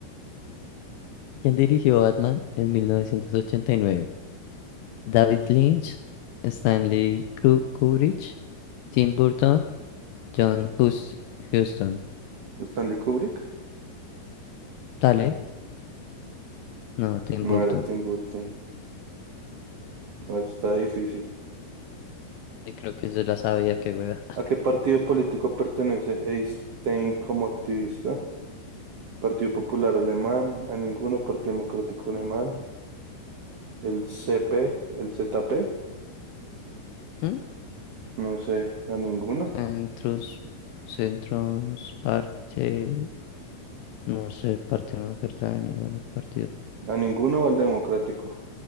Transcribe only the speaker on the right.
¿Stanley Kubrick?
No
era Tim Burton. No, eso está difícil.
¿A qué partido político pertenece Einstein como activista? Partido Popular Alemán, a ninguno, Partido Democrático Alemán, el CP, el ZP,
no sé, a ninguno,
a ninguno o al Democrático,